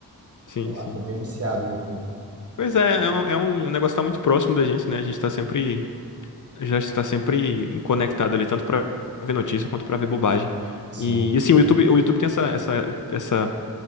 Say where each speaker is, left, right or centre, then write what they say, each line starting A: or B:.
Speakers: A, on the left; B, on the right.
A: Sim,
B: Sei lá,
A: sim.
B: sou meio viciado no YouTube.
A: Pois é, é um, é um negócio que tá muito próximo da gente, né? A gente tá sempre, já está sempre conectado ali, tanto pra ver notícia quanto pra ver bobagem.
B: Sim.
A: E, e, assim, o YouTube, o YouTube tem essa, essa, essa,